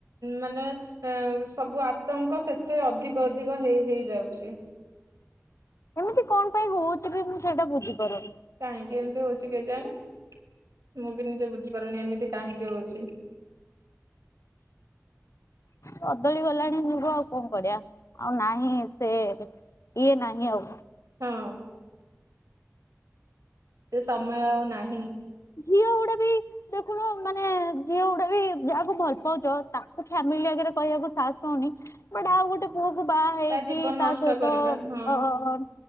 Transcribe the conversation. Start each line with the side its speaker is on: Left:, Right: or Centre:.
Right: ମାନେ ଏ ସବୁ ଆତଙ୍କ ସେତେ ଅଧିକ-ଅଧିକ ହେଇ-ହେଇ ଯାଉଚି।
Left: ଏମିତି କଣ ପାଇଁ ହଉଚି ବି ମୁଁ ସେଇଟା ବୁଝିପାରୁନି।
Right: କାହିଁକି ଏମିତି ହଉଛି କେଜାଣି, ମୁଁ ବି ନିଜେ ବୁଝିପାରୁନି ଏମିତି କାହିଁକି ହଉଛି।
Left: କଦଳି ଗଲାଣି ଯୁଗ ଆଉ କଣ କରିଆ, ଆଉ ନାହିଁ ସେ ଇଏ ନାହିଁ ଆଉ।
Right: ହଁ। ସେ ସମୟ ଆଉ ନାହିଁ।
Left: ଝିଅ ଗୁଡା ବି ଦେଖୁନୁ ମାନେ ଝିଅ ଗୁଡା ବି ଯାହାକୁ ଭଲ୍ ପାଉଚ, ତାକୁ ଫ୍ୟାମିଲି ଆଗରେ କହିବାକୁ ସାହସ୍ ପାଉନି। ବଟ୍ ଆଉ ଗୋଟେ ପୁଅ କୁ ବାହାହେଇକି
Right: ତା ଜୀବନ
Left: ତା
Right: ନଷ୍ଟ
Left: ସହିତ
Right: କରିବା ହଁ
Left: ଅ